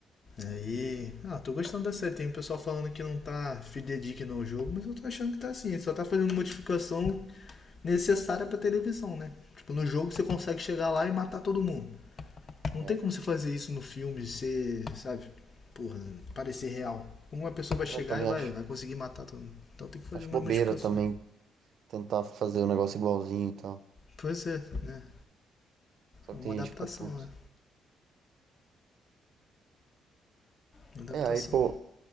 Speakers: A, on the left; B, on the right.
A: Aí. Ah, tô gostando da série. Tem um pessoal falando que não tá fidedigno ao jogo, mas eu tô achando que tá assim. Ele só tá fazendo modificação necessária pra televisão, né? Tipo, no jogo você consegue chegar lá e matar todo mundo. Não
B: É.
A: tem como você fazer isso no filme, ser, sabe? Porra, parecer real. Uma pessoa vai chegar
B: Eu também
A: e vai,
B: acho,
A: vai conseguir matar todo mundo. Então tem que fazer
B: acho
A: umas
B: bobeira
A: modificações.
B: também tentar fazer o negócio igualzinho e tal.
A: Pois é, né?
B: Só que
A: É uma
B: tem
A: adaptação,
B: gente que fica puto.
A: né? Uma adaptação.
B: É, aí, pô,